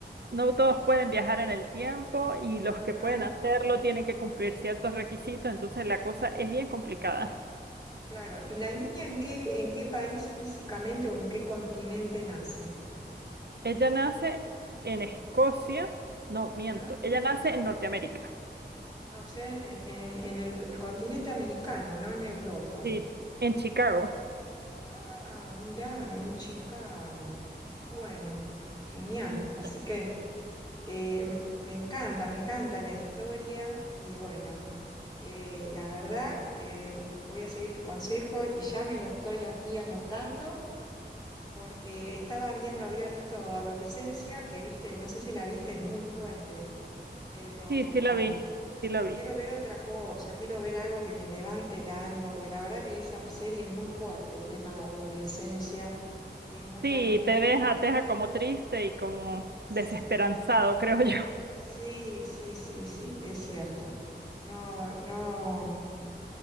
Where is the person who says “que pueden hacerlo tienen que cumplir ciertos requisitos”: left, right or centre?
Right